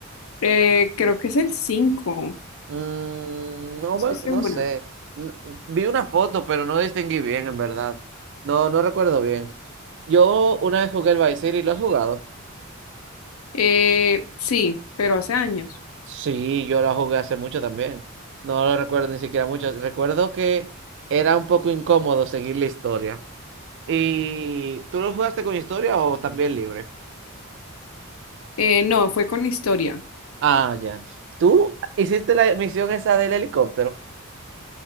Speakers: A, on the left; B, on the right.
A: Eh, creo que es el 5.
B: Mm, no,
A: no estoy
B: me-
A: segura.
B: no sé. N- Vi una foto, pero no distinguí bien, en verdad. No, no recuerdo bien. Yo una vez jugué el Vice City, ¿lo has jugado?
A: Eh, sí, pero hace años.
B: Sí, yo la jugué hace mucho también. No lo recuerdo ni siquiera mucho. Recuerdo que era un poco incómodo seguir la historia. ¿Y tú lo jugaste con historia o también libre?
A: Eh, no, fue con historia.
B: Ah, ya. ¿Tú hiciste la misión esa del helicóptero?